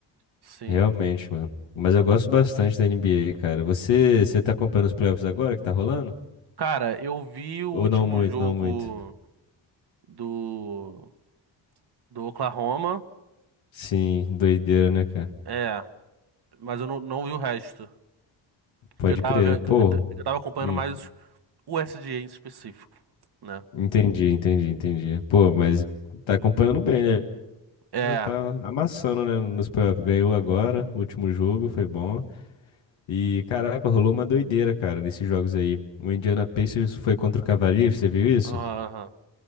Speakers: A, on the right; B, on the left.
A: Sim.
B: Realmente, mano. Mas eu gosto bastante da NBA, cara. Você, você tá acompanhando os playoffs agora que tá rolando?
A: Cara, eu vi o
B: Ou
A: último
B: não muito,
A: jogo
B: não muito?
A: do Do Oklahoma,
B: Sim, doideira, né, cara?
A: é. Mas eu não, não vi o resto.
B: Pode
A: Que eu tava,
B: crer.
A: ve-
B: Pô,
A: eu, t- eu tava acompanhando
B: hum,
A: mais o SDA em específico, né?
B: entendi, entendi, entendi. Pô, mas tá acompanhando bem, né?
A: É.
B: Tá amassando, né, nos playoffs. Ganhou agora, o último jogo, foi bom. E, caraca, rolou uma doideira, cara, nesses jogos aí. O Indiana Pacers foi contra o Cavaliers, você viu isso?
A: Aham.